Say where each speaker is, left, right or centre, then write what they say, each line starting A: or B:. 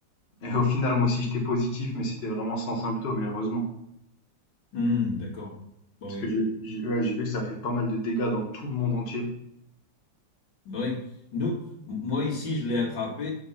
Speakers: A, on the left; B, on the left.
A: Et au final, moi aussi, j'étais positif, mais c'était vraiment sans symptômes, et heureusement.
B: Hmm, d'accord. Bon,
A: Parce
B: oui.
A: que j'ai j'ai- ouais, j'ai vu que ça fait pas mal de dégâts dans tout le monde entier.
B: Oui, nous, m- moi ici, je l'ai attrapé